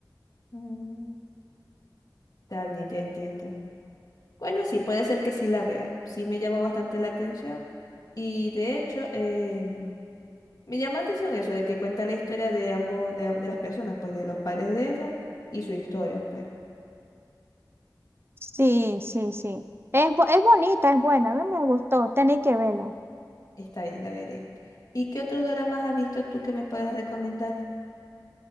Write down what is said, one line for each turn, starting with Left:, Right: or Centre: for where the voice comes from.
Left: Mm, Está bien, ya entiendo. Bueno, sí, puede ser que sí la vea. Sí me llamó bastante la atención. Y de hecho, eh, me llamó la atención eso de que cuenta la historia de ambos, de, de las personas, pues de los padres de ella y su historia, pues.
Right: Sí, sí, sí. Es, bo- es bonita, es buena, a mí me gustó, tenéis que verla.
Left: Está bien, la veré. ¿Y qué otros doramas has visto tú que me puedas recomendar?